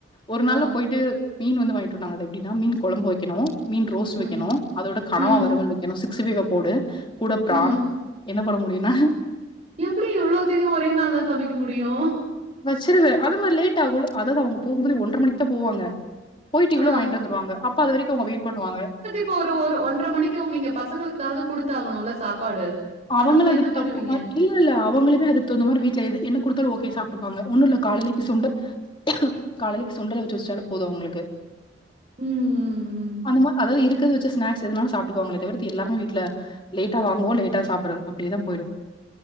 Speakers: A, on the left (about 25°); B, on the right (about 35°).
A: ஒரு நாள்ல
B: ஆ.
A: போய்ட்டு மீன் வந்து வாங்கிட்டு வன்ட்டாங்க அது எப்டினா மீன் குழம்பு வைக்கணு மீன் ரோஸ்ட்
B: ம்.
A: வைக்கணு அதோட கணவா
B: ம்,
A: வருவல் வைக்கனு சிக்ஸ்டி ஃபைவ் போடு கூட பிரான்
B: ம்.
A: என்ன பண்ண முடியுனா
B: எப்டி இவ்ளோத்திதயு ஒரே நாள்ல சமைக்க முடியு
A: வச்சிருவ அத மாரி லேட் ஆகுல அதாவது அவுங்க போம்போதே ஒன்ற மணிக்கு தா போவாங்க போய்ட்டு இவ்ளோ
B: ஆ.
A: வாங்கிட்டு வந்ருவாங்க அப்ப அது வரைக்கு அவங்க வெயிட் பண்ணுவாங்க
B: இப்ப ஒரு ஒரு ஒன்றரை மணிக்குங்க நீங்க பசங்களுக்காவது குடுத்தாகணுல்ல சாப்பாடு
A: அவங்களு
B: அப்ப நீங்க
A: அதுக்கு
B: என்ன பண்ணுவீங்க?
A: தகுந்தமார்க்கி இல்ல இல்ல அவங்களுமே அதுக்கு தகுந்த மாரி வீட்ல எது என்ன குடுத்தாலு ஓகே சாப்ட்டுப்பாங்க ஒன்னு இல்ல காலைலக்கு சுண்டல் காலைலக்கு சுண்டல் அவிச்சு வச்சுட்டாலே போது அவங்களுக்கு
B: ம் ம், ம்.
A: அந்த மாரி அதாவது இருக்கறத வச்சு ஸ்நாக்ஸ் எதுனாலு சாப்ட்டுக்குவாங்கலே தவிர்த்து எல்லாருமே வீட்ல லேட்டா வாங்குவோ லேட்டா சாப்ட்றது அப்டியேதா போய்டு